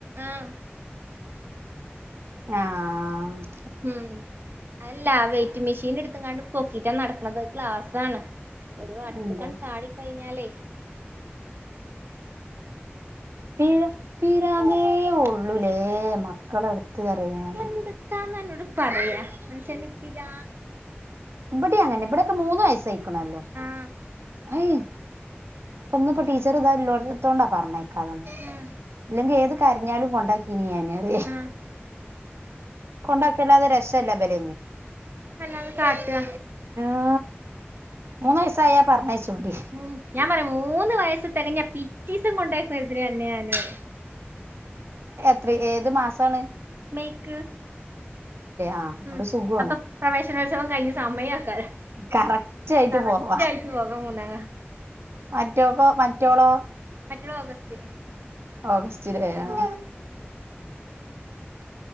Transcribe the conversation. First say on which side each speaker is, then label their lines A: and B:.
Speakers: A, on the right; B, on the right.
A: ആഹ
B: ആഹ
A: ഉം അല്ല വെയിറ്റ് മെഷീൻ എടുത്ത കാണ്ട് പൊക്കിട്ടാ നടക്കുന്നത് ഗ്ലാസാണ് ഒരു അത്ത
B: ഇന്റെ
A: കൺ ചാടിിക്കഴിഞ്ഞാലേ
B: പിത പിരാങ്ങേ ഉള്ളൂലേ മക്കള എടുത്ത് കറിയൻ
A: എന്തുട്ടാന്ന് എന്നോട് പറയാ മനുഷ്യെ തിരാ
B: ഇബടെ അങ്ങല്ലെ ഇവിടെൊക്കെ മൂന്നന്ന് വയസായിക്കണല്ലോ
A: ആഹ്
B: യ് ഇപ്പൊ ഇന്നിപ്പോ ടീച്ചർ ഇതാല്ലോത്തോണ്ടാ പറഞ്ഞേക്കാതന്ന്
A: ഉം
B: ഇല്ലെങ്കിൽ ഏത് കഞ്ഞാലും കൊണ്ടാക്കീന അറിയേ
A: ആഹ്
B: കൊണ്ടാക്കല്ലാതെ രസല്ല ബല
A: അല്ലാന്ന് കാട്ടുക
B: ആ മൂന്ന് വയസായാ പറഞ്ഞയച്ചോണ്ടി
A: ഉം ഞാൻ പറയും മൂന്ന് വയസ തകഞ്ഞ ഞാ പിറ്റീസം കൊണ്ടയിക്കരുതിന്നെയ ഞാനര്
B: അത്ര ഏത് മാസമാണ്
A: മൈക്ക്
B: ആഹ് അതോണ്ട്
A: ഉം
B: സുഖാണ്
A: അപ്പൊ പ്രവേശനോത്സവം കഴിഞ്ഞ സമയം ആക്കാല
B: കറക്റ്റ് ആയിട്ട്
A: കറച്ചി
B: പോവാ
A: ആയിട്ടു പോക മന്നാ
B: മറ്റോക്കോ മറ്റോളോ
A: മറ്റുള്ള ഓഗസ്റ്റ്
B: ഓഗസ്റ്റിലങ്ങ
A: ഉം